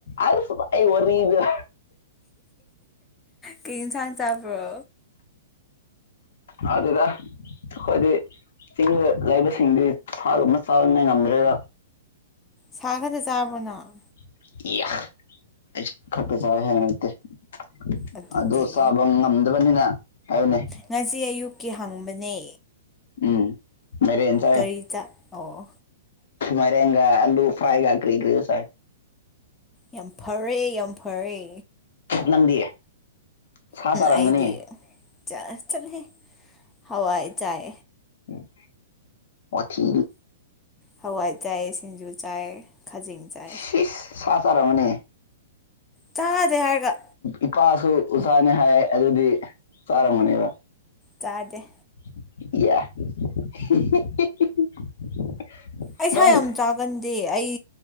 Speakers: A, on the left; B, on the left.
A: ꯑꯁ ꯑꯩ ꯋꯥꯔꯤꯗ
B: ꯀꯩ ꯏꯟꯁꯥꯡ ꯆꯥꯕ꯭ꯔꯣ
A: ꯍꯥꯎꯗꯦꯗ ꯑꯩꯈꯣꯏꯗꯤ ꯆꯤꯡꯗ ꯂꯩꯕꯁꯤꯡꯗꯤ ꯁꯥꯒꯨꯝꯕ ꯆꯥꯅ ꯉꯝꯗ꯭ꯔꯦꯕ
B: ꯁꯥ ꯈꯇ ꯆꯥꯕꯣ ꯅꯪ
A: <unintelligible>
B: ꯑꯗꯨꯗꯤ
A: ꯑꯗꯨ ꯆꯥꯕ ꯉꯝꯗꯕꯅꯤꯅ ꯍꯥꯏꯕꯅꯦ
B: ꯉꯁꯤ ꯑꯌꯨꯛꯀꯤ ꯍꯪꯕꯅꯦ
A: ꯎꯝ ꯃꯥꯏꯔꯦꯟ ꯆꯥꯏ
B: ꯀꯔꯤ ꯆꯥꯛ ꯑꯣꯑꯣ
A: ꯃꯥꯏꯔꯦꯟꯒ ꯑꯂꯨ ꯐ꯭ꯔꯥꯏꯒ ꯀ꯭ꯔꯤ ꯀ꯭ꯔꯤꯁꯥꯏ
B: ꯌꯥꯝ ꯐꯔꯦ ꯌꯥꯝ ꯐꯔꯦ
A: ꯅꯪꯗꯤ ꯁꯥ ꯆꯥꯔꯝꯒꯅꯤ
B: ꯑꯩꯗꯤ ꯆ ꯆꯂꯍꯦ ꯍꯋꯥꯏ ꯆꯥꯏ
A: ꯎꯝ ꯋꯥꯊꯤ
B: ꯍꯋꯥꯏ ꯆꯥꯏ ꯁꯤꯟꯖꯨ ꯆꯥꯏ ꯈꯖꯤꯡ ꯆꯥꯏ
A: ꯁꯤꯁ ꯆꯥꯔꯝ ꯃꯅꯤ
B: ꯆꯥꯗꯦ ꯍꯥꯏꯔꯒ
A: ꯏꯄꯥꯁꯨ ꯎꯖꯥꯅꯤ ꯍꯥꯏ ꯑꯗꯨꯗꯤ ꯆꯥꯔꯝꯒꯅꯦꯕ
B: ꯆꯥꯗꯦ
A: <inaudible>
B: ꯑꯩ
A: ꯅꯪ
B: ꯁꯥ ꯌꯥꯝ ꯆꯥꯒꯟꯗꯦ ꯑꯩ